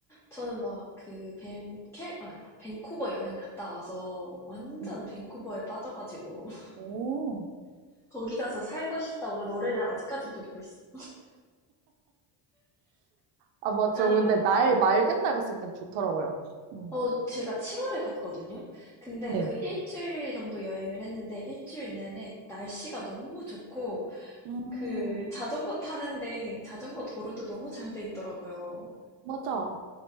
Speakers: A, in the centre; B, on the right.
A: 저는 막 그 밴, 캐, 아, 밴쿠버 여행 갔다 와서 완전
B: 네.
A: 밴쿠버에 빠져가지고
B: 오.
A: 거기 가서 살고 싶다고 노래를 아직까지 부르고 있어요.
B: 아, 맞죠.
A: 아니
B: 근데
A: 막,
B: 날, 맑은 날 갔을 땐 좋더라고요. 음.
A: 어, 제가 7월에 갔거든요? 근데
B: 네.
A: 그 일주일 정도 여행을 했는데 일주일 내내 날씨가 너무 좋고
B: 음,
A: 그 자전거 타는데 자전거 도로도 너무 잘 돼 있더라고요.
B: 맞아.